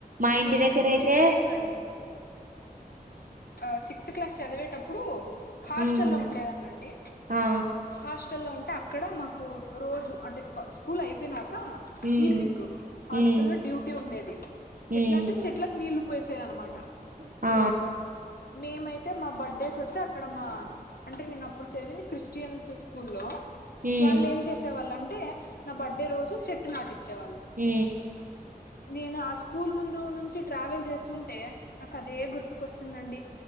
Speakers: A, on the right; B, on the left.
A: మా ఇంటి
B: నేను
A: దగ్గర అయితే
B: చిన్నప్పుడు ఆ సిక్స్త్ క్లాస్ చదివేటప్పుడు హాస్టల్
A: ఉమ్
B: లో ఉండేదనండి
A: ఆ
B: హాస్టల్ల్లో ఉంటే అక్కడ మాకు రోజు అంటే స్కూల్ అయిపోయినాక
A: ఉమ్
B: ఈవినింగ్ హాస్టలో
A: ఉమ్
B: డ్యూటీ ఉండేది ఎట్ల
A: ఉమ్
B: అంటే చెట్లకు నీళ్లు పోసేది అనమాట
A: ఆ
B: మేమైతే మా బర్త్డేస్ వస్తే అక్కడ మా అంటే నేను అప్పుడు చదివింది క్రిస్టియన్స్ స్కూల్లో
A: ఉమ్
B: వాళ్ళు ఏం చేసే వాళ్ళంటే నా బర్త్డే రోజు చెట్టు నాటిచ్చే వాళ్ళు
A: ఊ
B: నేను ఆ స్కూల్ ముందు నుంచి ట్రావెల్ చేస్తుంటే నాకు అదే గుర్తుకొస్తుందండి